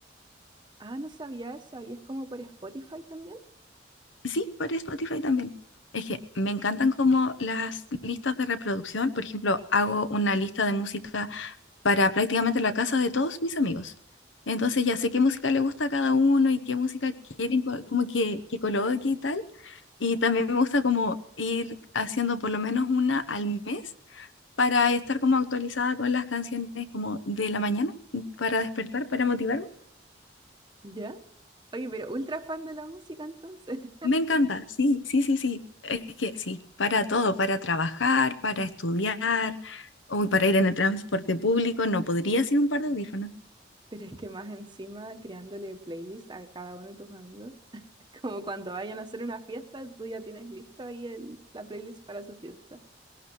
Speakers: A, on the right; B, on the left.
A: Ah, no sabía eso. ¿Y es como por Spotify también?
B: Sí, por Spotify también. Es que me encantan como las listas de reproducción. Por ejemplo, hago una lista de música para prácticamente la casa de todos mis amigos. Entonces ya sé qué música le gusta a cada uno y qué música quieren co- como que, que coloque y tal. Y también me gusta como ir haciendo por lo menos una al mes para estar como actualizada con las canciones como de la mañana, para despertar, para motivarme.
A: ¿Ya? Oye, pero ultra fan de la música entonces. <laughs>
B: Me encanta, sí, sí, sí, sí. Es que sí, para todo, para trabajar, para estudiar, o para ir en el transporte público, no podría sin un par de audífonos.
A: Pero es que más encima creándole playlist a cada uno de tus amigos. <laughs> Es como cuando vayan a hacer una fiesta, tú ya tienes listo ahí el- la playlist para su fiesta.